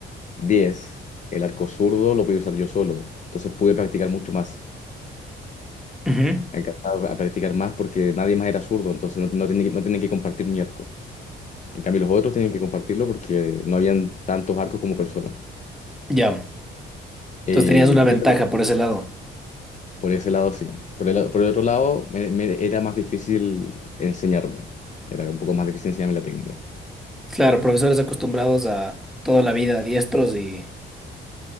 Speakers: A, on the left; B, in the centre.
A: diez el arco zurdo lo podía usar yo solo. Entonces pude practicar mucho más,
B: ujú,
A: alcanzar a practicar más porque nadie más era zurdo, entonces no, no tenía, que- no tenía que compartir mi arco. En cambio los otros tenían que compartirlo porque no habían tantos arcos como personas.
B: Ya. Entonces
A: Eh,
B: tenías una ventaja
A: y claro,
B: por ese lado.
A: por ese lado sí. Por el, por el otro lado, me- me era más difícil enseñarme. Era un poco más difícil enseñarme la técnica.
B: Claro, profesores acostumbrados a toda la vida diestros y